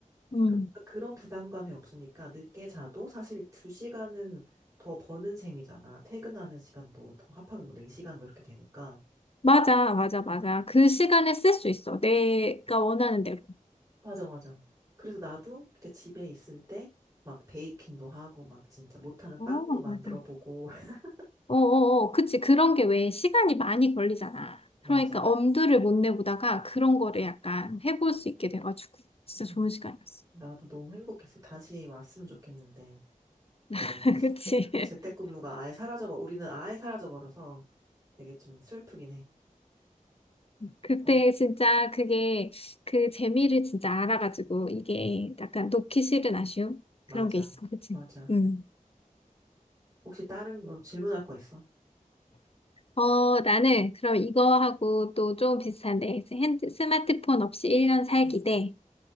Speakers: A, on the left; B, on the right.
A: 음.
B: 그- 그런 부담감이 없으니까 늦게 자도 사실 두 시간은 더 버는 셈이잖아. 퇴근하는 시간도 더 합하면 뭐 4시간 뭐 이렇게 되니까.
A: 맞아, 맞아, 맞아. 그 시간에 쓸 수 있어. 내가 원하는 대로.
B: 맞아, 맞아. 그래서 나도 그때 집에 있을 때 막 베이킹도 하고 막 진짜 못하는
A: 어,
B: 빵도 만들어
A: 맞아.
B: 보고. <laughs>
A: 어, 어, 어. 그치. 그런 게 왜 시간이 많이 걸리잖아.
B: 맞아.
A: 그러니까 엄두를 못 내보다가 그런 거를 약간 해볼 수 있게 돼가지고 진짜
B: 음.
A: 좋은 시간이었어.
B: 나도 너무 행복했어. 다시 왔으면 좋겠는데. 어,
A: <laughs> 그치.
B: <laughs> 재택근무가 아예 사라져버, 우리는 아예 사라져버려서 되게 좀 슬프긴 해.
A: 그때
B: 어,
A: 진짜 그게 그 재미를 진짜 알아가지고 이게 약간 놓기 싫은 아쉬움?
B: 맞아.
A: 그런 게 있어. 그치?
B: 맞아.
A: 음.
B: 혹시 다른 뭐 질문할 거 있어?
A: 어, 나는 그럼 이거하고 또 좀 비슷한데, 핸드, 스마트폰 없이 1년 살기
B: 음.
A: 대